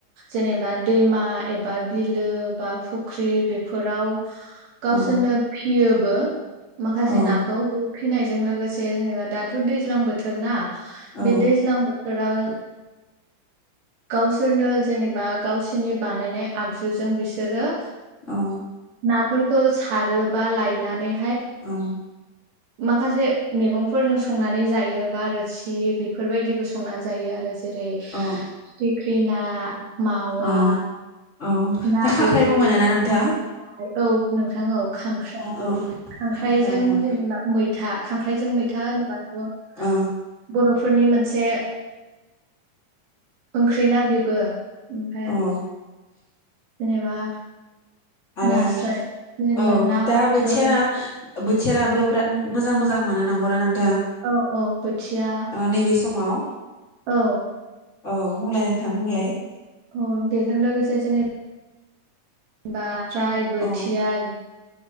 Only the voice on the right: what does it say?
जेनेबा दैमा एबा बिलो बा फुख्रि बेफोराव। गावसोनो
फियो। बो। माखासे
ना। फिनायजों लोगोसे जेनेबा दाथ' दैज्लां बोथोर ना।
बे दैज्लां बो। सोर। गावसोरनो जेनेबा गावसोरनि बानायनाय आगजुजों बिसोरो।
नाफोरखौ सारोबा लायनानै।
माखासे मेगंफोरजों संनानै जायो बा रोसि बेफोरबायदिबो संनानै जायो आरो। जेरै फिथिख्रिना
मावा।
ना
गोरि
नास्राय औ नोंथां औ खांख्राइ
खांख्राइजों
जेनेबा मैथा खांख्राइजों मैथा होनोबाथ'
बर'फोरनि मोनसे। ओंख्रिना बेबो। ओमफ्राय।
जेनेबा
नास्राय जेनेबा
ना
बाथोन
औ औ बोथिया
औ
अ बेजों लोगोसे जोंनि बा ख्राय बोथिया